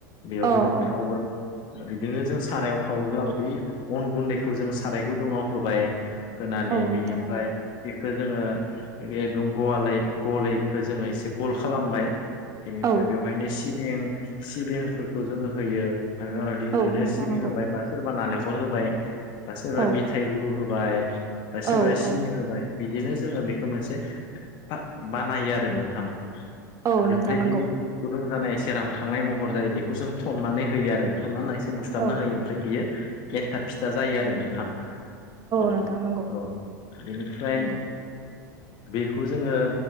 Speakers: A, on the left; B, on the right.
A: बेयावबो
B: अ
A: जों
B: औ
A: खावो बिदिनो जों सारायावबो खावोब्ला बै अन गुन्दैखौ जों साराय गुदुङाव होबाय होनानै
B: औ नोंथां
A: बिनिफ्राय
B: नंगौ
A: बेखौ जोंङो एकदम गवालै गलै जोंङो एसे गल खालामबाय। बेनिफ्राय
B: औ
A: बेवहायनो सिबिं सिबिंफोरखौ जोंङो होयो। माबा माबि बिदिनो
B: औ नोंथां
A: सिबिं
B: नंगौ
A: होबाय बा सोरबा नालेंखर होबाय बा सोरबा
B: औ
A: मि थाइ गुरु होबाय बा सोरबा
B: औ औ
A: सिनि होबाय बि बिदिनो जोङो बेखौ मोनसे था बानायो आरो नोंथां।
B: औ
A: बेनिफ्राय
B: नोंथां नंगौ
A: बे गुदुं जानाय एसे रानखांनाय महर जायो बेखौ जों थन्नानै होयो आरो थननानै एसे बुसथाबना
B: औ
A: होयो ओमफ्राय बियो एन्थाब फिथा जायो आरो नोंथां। औ
B: नोंथां नंगौ
A: औ बेनिफ्राय
B: नंगौ
A: बेखौ जोंङो